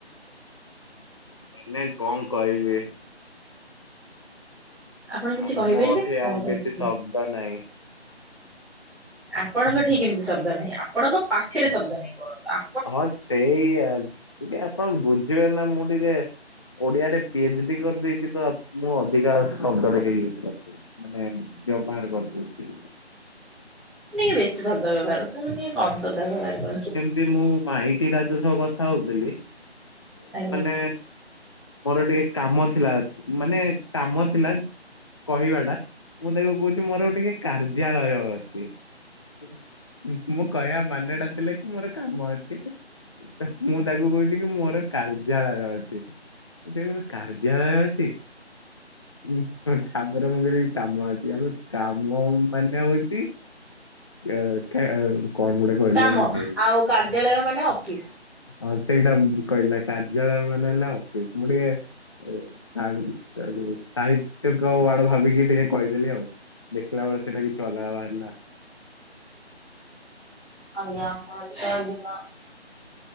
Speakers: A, on the left; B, in the centre.
A: ମାନେ କଣ କହିବି?
B: ଆପଣ କିଛି
A: ଆଉ
B: କହିପାରିବେ?
A: ମୋଠି ଆଉ
B: ଆପଣ
A: କିଛି
B: କହିବେ।
A: ଶବ୍ଦ ନାଇ।
B: ଆପଣଙ୍କ ଠି କିମିତି ଶବ୍ଦ ନାହିଁ ଆପଣଙ୍କ ପାଖରେ ଶବ୍ଦ ନାହିଁ କୁହନ୍ତୁ ଆ
A: ହଁ ସେଇଆ ଟିକେ ଆପଣ ବୁଝିବେ ନା ମୁଁ ଟିକେ। ଓଡିଆରେ ପି ଏଚ୍ ଡି କରିଦେଇଛି ତ ମୁଁ ଅଧିକା ଶବ୍ଦ ଟିକେ ୟୁଜ କରିଦେଲି। ମାନେ ବ୍ୟବହାର କରିଦଉଚି।
B: ନାଇ ବେଶୀ ଶବ୍ଦ ବ୍ୟବହାର <unintelligible> ମାନେ କମ୍ ଶବ୍ଦ ବ୍ୟବହାର କରନ୍ତୁ।
A: ଯେ ମୁଁ ମାଇଟି ଟା ଯଉ ସହ କଥା ହଉଥିଲି ମୁଁ
B: ଆଜ୍ଞା।
A: ମାନେ। ମୋର ଟିକେ କାମ ଥିଲା ମାନେ କାମ ଥିଲା କହିବା ଟା। ମୁଁ ତାକୁ କହୁଛି ମୋର ଟିକେ କାର୍ଯ୍ୟାଳୟ ଅଛି ଉଁ। ଉଁ ମୁଁ କହିବା ମାନେଟା ଥିଲା କି ମୋର କାମ ଅଛି ତ ମୁଁ ତାକୁ କହୁଛି କି ମୋର। କାର୍ଯ୍ୟାଳୟ ଅଛି ମୁଁ ସେୟା କହିଲି କାର୍ଯ୍ୟାଳୟ ଅଛି। ଉଁ କାମର ବି <unintelligible> କାମ ଅଛି ଆବେ। କାମ ମାନେ ହଉଛି ଅ କେଁ କଣ ଗୋଟେ। କହିଲ
B: କାମ
A: ମୁଁ ଭୁଲିଗଲି।
B: ଆଉ କାର୍ଯ୍ୟାଳୟ ମାନେ ଅଫିସ।
A: ହଁ ସେଇଟା ଉଁ କହିଲା କାର୍ଯ୍ୟାଳୟ ମାନେ ହେଲା ଅଫିସ‌ ମୁଁ ଟିକେ ଅ ସା ସା। ସାହିତ୍ୟିକ ୱାର୍ଡ ଭାବିକି ଟିକେ କହିଦେଲି ଆଉ ଦେଖିଲା ବେଳେ ସେଇଟା କିଛି ଅଲଗା ବାହାରିଲା।
B: ଆଜ୍ଞା ଆପଣ ଠୁ ଅଧିକ।